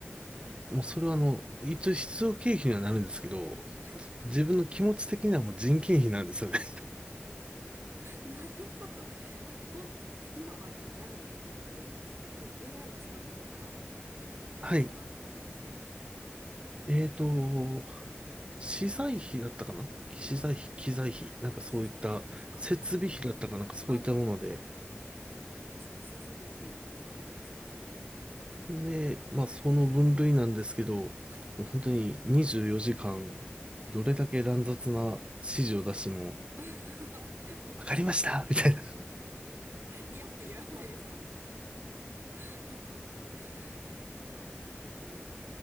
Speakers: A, on the right; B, on the right.
A: もうそれはあの、一応必要経費にはなるんですけど、
B: はい。
A: 自分の気持ち的にはもう人件費なんですよね。
B: なるほど。あ、ほん、え今はな、何で入れ、入れてるんでしたっけケーキ AI を使うときは、な、経費は何にされてますか
A: <laughs> はい。えーと、資材費だったかな資材費、
B: ああー、
A: 機材費、なんかそういった設備費だったかなんかそういったもので、
B: 資材費、経済、ああ、あ、なるほど。確かに設備っていう項目ありますね。
A: で、まあその分類なんですけど、もう本当に24時間、
B: はい。
A: どれだけ乱雑な指示を出しても、
B: <laughs> こき使っても
A: わかりましたみたいな。
B: <laughs> 嫌って言わないですもんね <laughs> なるほど。あの、